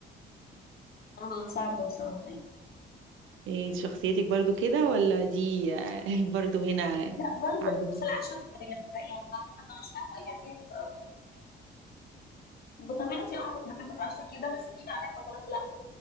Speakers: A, on the left; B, on the right.
A: اه صعبة بصراحة يعني
B: إيه، شخصيتك برضو كده ولا دي آه، <laughs> برضو هنا
A: لا برضه
B: عادة
A: في العشاء بتبقى- يعني بحب اتعشى يعني آه، بطبيعتي اه كنت بحب اتعشى كده بس بيجي عليا فترات لا